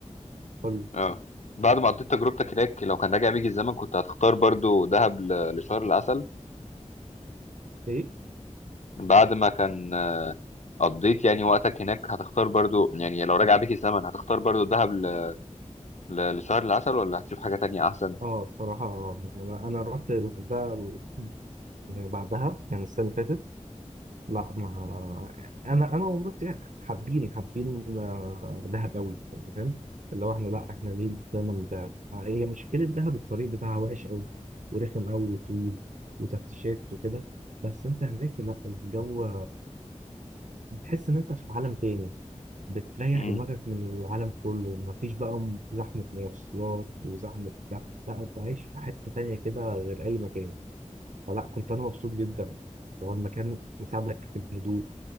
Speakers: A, on the right; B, on the left.
A: قول لي
B: اه بعد ما قضيت تجربتك هناك لو كان راجع بيك الزمن كنت هتختار برضو دهب ل... لشهر العسل
A: ايه
B: بعد ما كان قضيت يعني وقتك هناك هتختار برضو يعني لو راجع بيك الزمن هتختار برضو دهب ل... ل... لشهر العسل ولا هتشوف حاجة تانية احسن؟
A: اه الصراحه آه، يعني انا رحت ده يعني بعدها يعني السنه اللي فاتت لا ما انا انا ومراتي حابين حابين آه، دهب قوي يعني فاهم اللي هو احنا لا احنا ليه طلعنا من دهب آه، هي مشكله دهب الطريق بتاعها وحش قوي ورخم قوي وطويل وتفتيشات وكده بس انت هناك لا الجو بتحس ان انت في عالم تاني بتريح
B: امم
A: دماغك من العالم كله مفيش بقى زحمه مواصلات وزحمه بتاع لا انت عايش في حته تانيه كده غير اي مكان فلا كنت انا مبسوط جدا هو المكان مساعدك في الهدوء